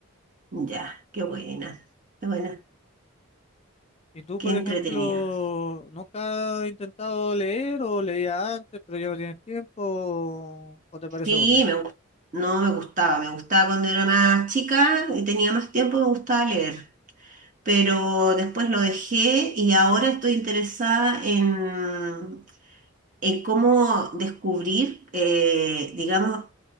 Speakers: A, on the right; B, on the left.
A: Ya, qué buena, qué buena,
B: ¿Y tú,
A: qué
B: por
A: entretenida.
B: ejemplo, nunca has intentado leer o leía antes, pero ya no tienes tiempo o o te parece
A: Sí,
B: aburrido?
A: me, gu- no me gustaba, me gustaba cuando era más chica y tenía más tiempo, me gustaba leer, pero después lo dejé y ahora estoy interesada en, en cómo descubrir, eh, digamos,